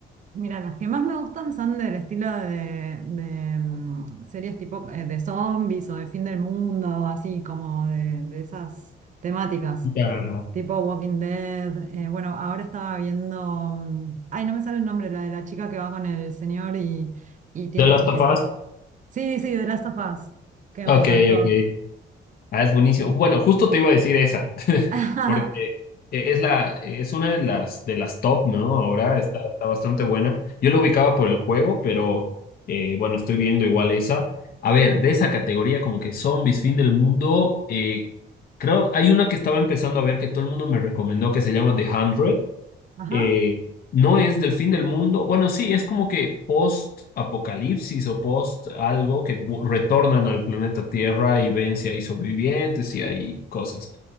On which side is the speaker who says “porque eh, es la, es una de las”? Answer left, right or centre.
Left